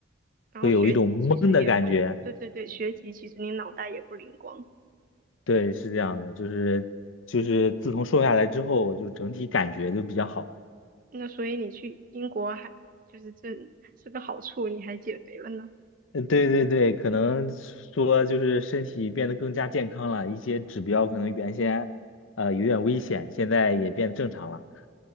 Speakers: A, on the right; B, on the left.
A: 然后学习其实也会，
B: 会有一种懵的感觉。
A: 对对对，学习其实你脑袋也不灵光，
B: 对，是这样的，就是就是自从瘦下来之后，就整体感觉就比较好。
A: 那所以你去英国还就是这是个好处，你还减肥了呢。
B: 呃，对对对，可能说就是身体变得更加健康了，一些指标可能原先呃有点危险，现在也变正常了。